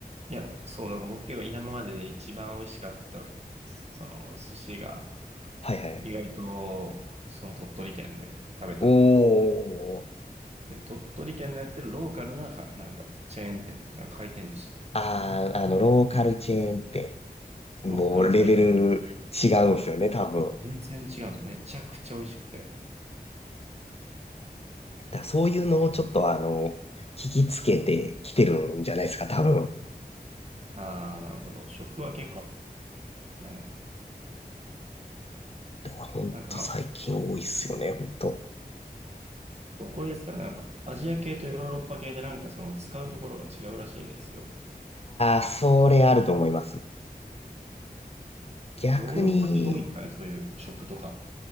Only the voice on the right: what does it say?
いや、そう、だから僕結構今までで一番美味しかった、その寿司が、
意外と、その鳥取県で食べた。
で、鳥取県のやってるローカルなか、なんかチェーン店、なんか回転寿司。
そうローカル回転寿司。
全然違うんです。めちゃくちゃ美味しくて。
ああ、なるほど。食は結構ね。
なんかまあ、
どこですかねなんか、アジア系とヨーロッパ系でなんかその使うところが違うらしいんですよ。
ヨーロッパ系が多いんですかねそういう食とか。